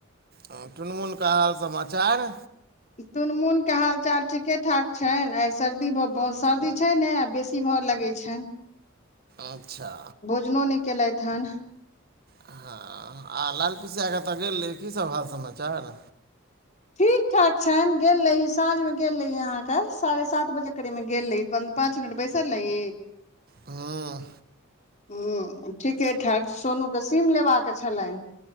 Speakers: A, on the right (about 45°); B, on the left (about 35°).
A: हँ टुनमुन क हाल समाचार?
B: टुनमुन क हालचाल ठीके ठाक छैन। आइ सर्दी ब भऽ, सर्दी छै ने आ बेसी ती भऽ लगै छैन।
A: अच्छा।
B: नो नहि केलैथ हन।
A: हँ, आ लाल पिसा क अतऽ गेल रही, कीसभ हाल समाचार?
B: ठीक ठाक छैन। गेल रही साँझ मे गेल रही अहाँ के, साढ़े सात बजे करीब मे गेल रही। पन पाँच मिनट बैसल लई
A: हँ
B: ह्म, ठीके ठाक, सोनू क सीम लेबाक छलैन।